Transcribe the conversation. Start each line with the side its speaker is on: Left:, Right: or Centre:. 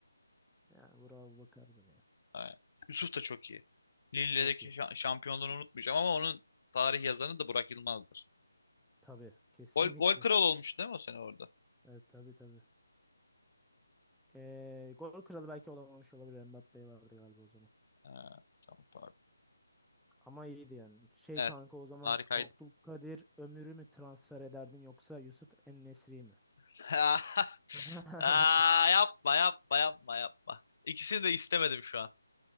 Centre: Yani bravo Bakar'dır ya.
Left: Aynen. Yusuf da çok iyi. Lille'deki
Centre: Çok iyi.
Left: şa- şampiyonluğunu unutmayacağım ama onun tarih yazanı da Burak Yılmaz'dır.
Centre: Tabii. Kesinlikle.
Left: Gol, gol kral olmuş değil mi o sene orada?
Centre: Evet tabii tabii. Ee, gol kralı belki olamamış olabilir. Mbappe vardı galiba o zaman.
Left: Ha, tamam pardon.
Centre: Ama iyiydi yani. Şey
Left: Evet.
Centre: kanka o zaman
Left: Harikaydı.
Centre: Abdülkadir Ömür'ü mü transfer ederdin yoksa Yusuf En-Nesyri mi?
Left: <laughs>
Centre: <laughs>
Left: Aa, yapma yapma yapma yapma. İkisini de istemedim şu an.